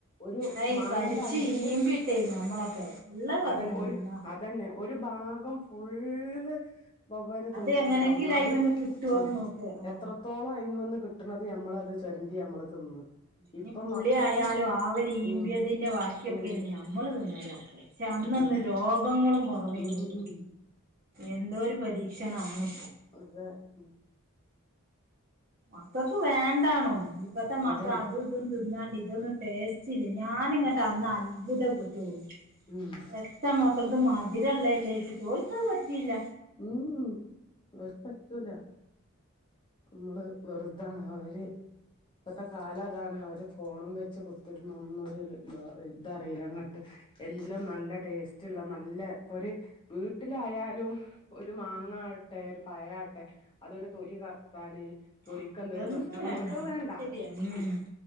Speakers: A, on the left; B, on the right.
A: ഒരു
B: അയ്
A: മാങ്ങന്റെ
B: കടിച്ച്
A: അണ്ടിന്റെ
B: ഈമ്പിട്ടേനു നമ്മളൊക്കെ ഇള്ള പറയാണെങ്കിലോ
A: അതന്നെ ഒരു അ അതന്നെ ഒരു ഭാഗം ഫുള്ള് വവ്വാല് തിന്ന്ട്ട്ണ്ടാവും,
B: അത് എങ്ങനെങ്കിലും
A: ന്നാലും
B: അയിമന്ന് കിട്ടോന്ന്
A: ആ
B: നോക്ക് ആഹ്
A: എത്രത്തോളം അയിമന്ന് കിട്ട്ണത് ഞമ്മളത് ചൊരണ്ടി അമ്മള് തിന്ന്
B: ഇഞ്
A: ഇപ്പൊ
B: പുളി
A: മക്കള്
B: ആയാലും ആവല് ഈമ്പിയതിന്റെ
A: ഉം
B: ബാക്കിയൊക്കേനി
A: ഉം
B: ഞമ്മള് തിന്നലു ഒക്കെംഅന്ന്
A: അതന്നെ
B: രോഗങ്ങളും കൊറവേന്നിട്ടോ
A: ഉം
B: എന്തോരൂ പരീക്ഷണാണ്
A: അതെഉം.
B: മക്കൾക്ക് വേണ്ടാണു ഇപ്പത്തെ മക്ക
A: അതന്നെ
B: അതൂതും തിന്നാണ്ട് ഇതൊന്നും ടേസ്റ്റില്ല ഞാനിങ്ങോട്ട് അന്ന് അത്ഭുതപ്പെട്ടുപോയി
A: ഉം
B: എത്ത മക്കളത് മതി ഉള്ളതല്ലേ ചോയിച്ചിട്ട് ഓൽക്ക് അത് പറ്റയില്ല
A: ഉം ഓൽക്ക് പറ്റൂല നമ്മള് വെറുതാണ് അവര് ഇപ്പത്തെ കാലം അതാണ് അവര് ഫോണും വെച്ച് കുത്തിരുന്ന ഒന്നരു ല ഇതറിയില്ല അങ്ങട്ട് എല്ലും നല്ല ടേസ്റ്റ്ള്ള നല്ല ഇപ്പൊ ഒരു വീട്ടിലായാലും ഒരു മാങ്ങാവട്ടെ
B: ഉം
A: ഒരു പയവട്ടെ അതൊരു തൊലി കറുത്താല് തോലിക്ക്
B: ആഹ്
A: എന്ത
B: അതൊന്നും
A: ഒരു പ്രശ്നം വന്നാൽ ഓൽക്ക് അത്
B: അതൊക്കെ
A: വേണ്ട
B: ശരിയാ ഉം
A: ഉ